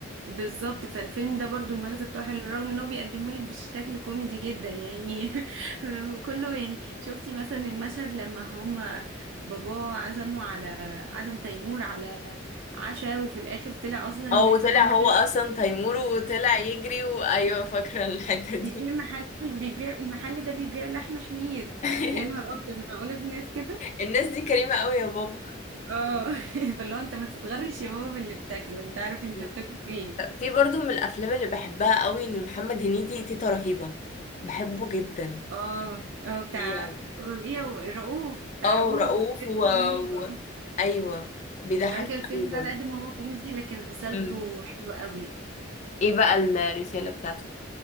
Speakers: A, on the right; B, on the left.
A: بالظبط فالفيلم ده برضو المغزى بتاعه حلو رغم ان هو بيقدمه لك بشكل كوميدي جدا يعني <laughs> كله يعني شفتي مثلا المشهد لما هما باباه عزموا على عزم تيمور على عشاء وفي الاخر طلع اصلا ان
B: اه
A: المحل
B: وطلع هو
A: ده
B: اصلا تيمور وطلع يجري وايوه فاكرة الحتة دي
A: بيبيع محل بيبيع المحل ده بيبيع لحم حمير
B: <laughs>
A: فيا نهار ابيض معقولة في ناس كده
B: الناس دي كريمة قوي يا بابا
A: اه <laughs> فاللي هو انت ما تتغرش يا بابا باللي بتاكله انت عارف انت
B: مم.
A: بتاكل فين
B: في برضو من الافلام اللي بحبها قوي لمحمد هنيدي تيتا رهيبة بحبه جدا
A: اه اه بتاع
B: يعني
A: ايه هو؟ رؤوف بتاع
B: اه
A: رؤوف
B: ورؤوف
A: كانت
B: و...
A: رهيبة
B: و... ايوه بيضحكني
A: على فكرة الفيلم
B: قوي برضو
A: ده على قد ما هو كوميدي لكن رسالته
B: مم.
A: حلوة قوي
B: ايه بقى الرسالة بتاعته